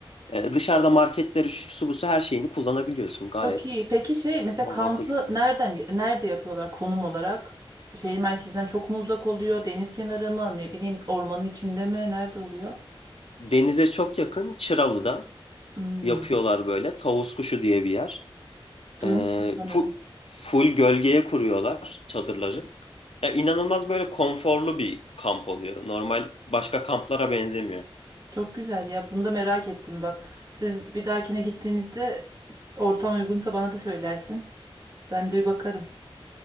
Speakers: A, on the left; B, on the right.
A: Ee, dışarıda marketleri, şu su bu su her şeyini kullanabiliyorsun gayet
B: Çok iyi. Peki şey mesela
A: makul.
B: kampı nereden nerede yapıyorlar konum olarak? Şehir merkezinden çok mu uzak oluyor? Deniz kenarı mı? Ne bileyim ormanın içinde mi? Nerede oluyor?
A: Denize çok yakın Çıralı'da
B: Hmm,
A: yapıyorlar böyle. Tavus kuşu diye bir yer.
B: duymuştum
A: Ee,
B: sanırım.
A: fu- full gölgeye kuruyorlar çadırları. Ya inanılmaz böyle konforlu bir kamp oluyor. Normal başka kamplara benzemiyor.
B: Çok güzel ya. Bunu da merak ettim bak. Siz bir dahakine gittiğinizde ortam uygunsa bana da söylersin. Ben de bir bakarım.